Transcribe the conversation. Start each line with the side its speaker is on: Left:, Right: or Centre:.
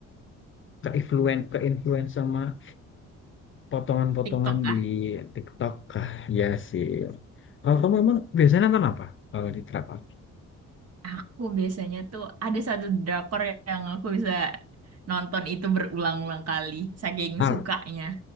Left: keinfluen keinfluence sama potongan-potongan
Right: TikTok kah?
Left: di TikTok. Ah, ya sih. Kalau kamu emang biasanya nonton apa? Kalau di Trap Up?
Right: Aku biasanya tuh ada satu drakor yang aku bisa nonton itu berulang-ulang kali, saking
Left: Ah,
Right: sukanya.